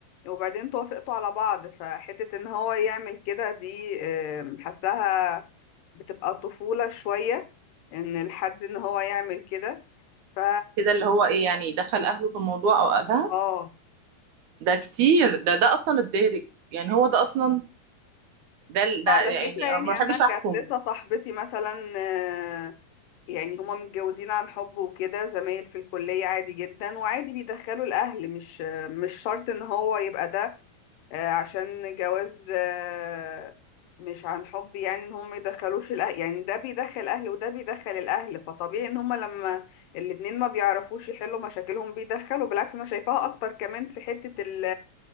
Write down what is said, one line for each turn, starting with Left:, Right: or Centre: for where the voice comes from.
Left: وبعدين توافقتوا على بعض فحتة ان هو يعمل كده دي آم، حاساها بتبقى طفولة شوية ان الحد ان هو يعمل كده ف
Right: كده اللي هو ايه يعني دخل اهله في الموضوع او اهلها
Left: اه
Right: ده كتير ده ده اصلا الدارج يعني هو ده اصلا ده ال- ده
Left: وعلى
Right: يعني
Left: فكرة يعني
Right: أنا ما بحبش
Left: أنا كانت
Right: احكم
Left: لسه صاحبتي مثلا آه، يعني هما متجوزين عن حب وكده زمايل في الكلية عادي جدا وعادي بيدخلوا الأهل مش آه، مش شرط إن هو يبقى ده آه، عشان جواز آه، مش عن حب يعني إن هما يدخلوش الأهل يعني ده بيدخل أهل وده بيدخل الأهل فطبيعي إن هما لما الاتنين ما بيعرفوش يحلوا مشاكلهم بيدخلوا بالعكس أنا شايفاها أكتر كمان في حتة ال